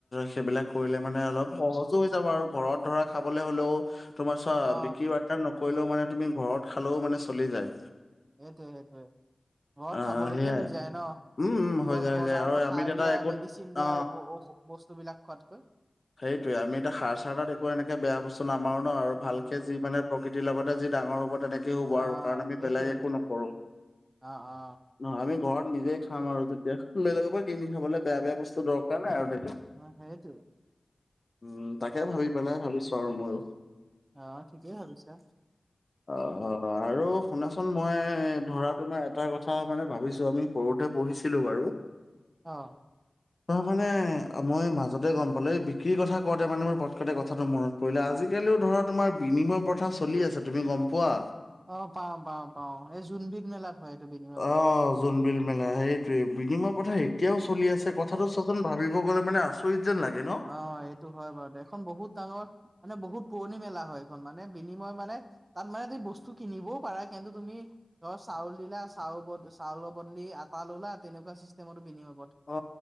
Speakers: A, on the left (about 45°); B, on the right (about 40°).
A: সেইবিলাক কৰিলে মানে অলপ সহজো হৈ যাব আৰু ঘৰত ধৰা, খাবলৈ হলেও তোমাৰ চোৱা
B: অ
A: <unintelligible> নকৰিলেও মানে তুমি ঘৰত খালেওঁ মানে চলি যায়।
B: সেইটোয়ে সেইটোয়ে ঘৰত
A: আহ
B: খাবলৈকে
A: সেয়াই
B: হৈ যায় ন।
A: উম উম হৈ
B: ব
A: যায় হৈ
B: বজাৰৰ
A: যায় আৰু আমি
B: সাৰ
A: দাদা
B: দিয়া
A: একো
B: মেডিচিন দিয়া
A: অ
B: বস্তু বিলাক। খোৱাতকৈ
A: সেইটোয়ে আমি এতিয়া সাৰ চাৰ তা দেখুৱাই এনেকে বেয়া বস্তু নামাৰো ন। আৰু
B: উম
A: ভালকে যি মানে কৃতিৰ লগতে যি ডাঙৰ হ'ব তেনেকে হ'ব
B: আহ
A: আৰু কাৰণ আমি
B: সেইটোৱে
A: বেলেগ একো নকৰো
B: অ অ
A: ন আমি ঘৰত নিজে খাম আৰু যেতিয়া বেলেগৰ পৰা কিনি খাবলে বেয়া বেয়া বস্তু দৰকাৰ নাই আৰু
B: অ সেইটো
A: উম তাকে ভাবি পেলাই ভাবিছো আৰু ময়ো
B: অ ঠিকেই ভাবিছা
A: অ আৰু শুনাচোন মই ধৰা তোমাৰ এটা কথা মানে ভাবিছো আমি সৰুতে পঢ়িছিলো বাৰু
B: অ
A: তাৰ মানে মই মাজতে গম বিক্ৰীৰ কথা কওঁতে মানে মোৰ পটকটে কথাটো মনত পৰিলে আজিকালিও ধৰা তোমাৰ বিনিময় পথা চলি আছে তুমি গম পোৱা
B: অ পাও পাও পাও এই জোনবিধ মেলাত হয় এইটো বিনিময় প্ৰথাটো
A: অ জোনবিল মেলা সেইটোৱে বিনিময় প্ৰথা এতিয়াও চলি আছে কথাটো চোৱাচোন ভাবি মই গ'লে মান আচৰিত যেন লাগে ন
B: অ এইটো হয় বাৰু দে এখন বহুত ডাঙৰ মানে বহুত পুৰণি মেলা হয় এইখন মানে বিনিময় মানে তাত মানে ত বস্তু কিনিবও পাৰা কিন্তু তুমি ধ চাউল দিলা চাউ চাউলৰ বদলি আটা ললা তেনেকুৱা চিষ্টেমতো বিনিয়ম
A: অ